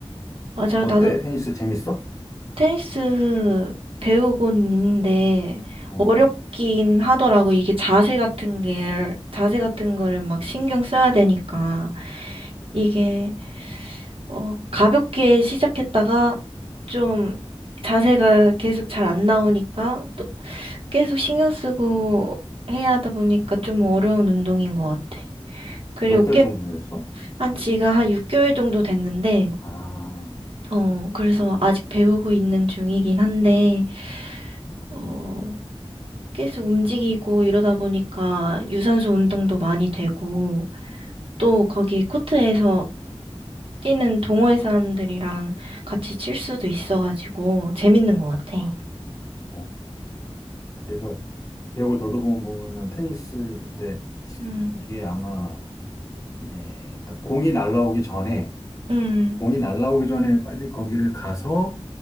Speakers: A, on the right (about 65°); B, on the left (about 30°).
A: 맞아.
B: 어때?
A: 나도
B: 테니스 재밌어?
A: 테니스 배우고는 있는데,
B: 어.
A: 어렵긴 하더라고. 이게 자세 같은 게, 자세 같은 거를 막 신경 써야 되니까. 이게, 어, 가볍게 시작했다가, 좀, 자세가 계속 잘 안 나오니까, 또 계속 신경 쓰고 해야 하다 보니까 좀 어려운 운동인 것 같아. 그리고
B: 몇 달 정도 됐어?
A: 한 지가 한 6개월 정도 됐는데,
B: 아,
A: 어, 그래서 아직 배우고 있는 중이긴 한데, 어,
B: 음,
A: 계속 움직이고 이러다 보니까 유산소 운동도 많이 되고, 또 거기 코트에서 뛰는 동호회 사람들이랑 같이 칠 수도 있어가지고, 재밌는 것 같아.
B: 아, 음. 어, 내가 기억을 더듬어 보면은 테니스 그때
A: 음,
B: 이게 아마 예, 딱 공이 날라오기 전에
A: 음,
B: 공이 날라오기 전에 빨리 거기를 가서